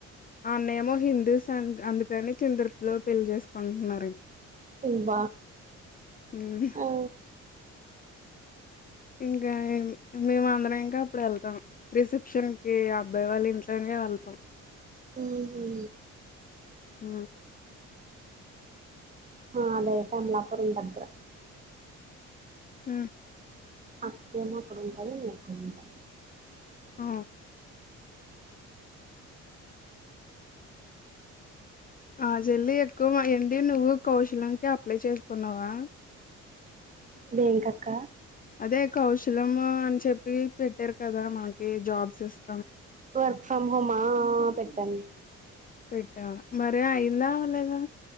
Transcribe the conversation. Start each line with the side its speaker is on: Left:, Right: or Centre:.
Left: ఆ అన్న ఏమో హిందూ అన్ అందుకని చిందరపులో పెళ్లి చేేసుకుంటున్నారు
Right: ఉబ్బ
Left: హ్మ్.
Right: ఆ
Left: ఇంకా మేము అందరం ఇంకా అప్పుడు వెళ్తాం రిసెప్షన్ కి అబ్బాయి వాళ్ళు ఇంట్లోనే వెళ్తాం
Right: ఓహో
Left: ఉ
Right: మాదైతే అమలాపురం దగ్గర
Left: ఉ
Right: అక్కేమో అక్కడ ఉంటాది నేను ఇక్కడ ఉంటా
Left: ఆ ఆ చెల్లి ఎక్కువ ఎండి నువ్వు కౌశలకి అప్లై చేసుకున్నావా
Right: దేనికి అక్క
Left: అదే కౌశలము అని చెప్పి పెట్టారు కదా మాకి జాబ్స్ ఇస్త
Right: వర్క్ ఫ్రమ్ హోమా పెట్టను
Left: పెట్టావా మరి అయి్యందా అవలేదా